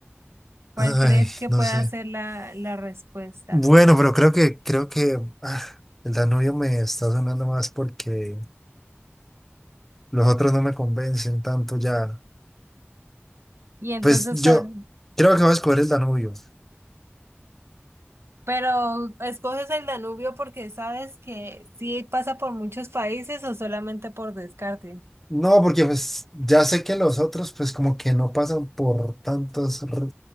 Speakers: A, on the right (about 75°); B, in the centre.
A: ¿Cuál
B: Ay,
A: crees que
B: no
A: pueda
B: sé.
A: ser la, la respuesta?
B: Bueno, pero creo que, creo que ah, el Danubio me está sonando más porque Los otros no me convencen tanto ya.
A: Y entonces,
B: Pues yo
A: cua-
B: creo que voy a escoger el Danubio.
A: pero ¿escoges el Danubio porque sabes que sí pasa por muchos países o solamente por descarte?
B: No, porque pues ya sé que los otros pues como que no pasan por tantos r-